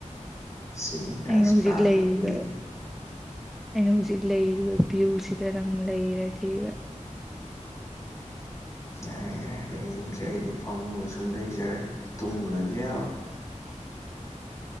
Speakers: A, on the left; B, in the centre.
A: ꯆꯤꯡꯒꯂꯤ
B: ꯑꯩꯅ ꯍꯧꯖꯤꯛ
A: ꯀꯥꯗ
B: ꯂꯩꯔꯤꯕ
A: ꯀꯨꯏꯔꯦ
B: ꯑꯩꯅ ꯍꯧꯖꯤꯛ ꯂꯩꯔꯤꯕ ꯚ꯭ꯌꯨꯁꯤꯗ ꯅꯪ ꯂꯩꯔꯗꯤꯕ
A: ꯌꯥꯔꯦ ꯌꯥꯔꯦ ꯂꯩꯅꯤꯡꯗ꯭ꯔꯦ ꯑꯩꯗꯤ ꯐꯃꯨꯡꯗ ꯁꯨꯝ ꯂꯩꯖꯔꯦ ꯇꯨꯡꯒ꯭ꯔꯁꯨ ꯌꯥꯕ
B: <inaudible>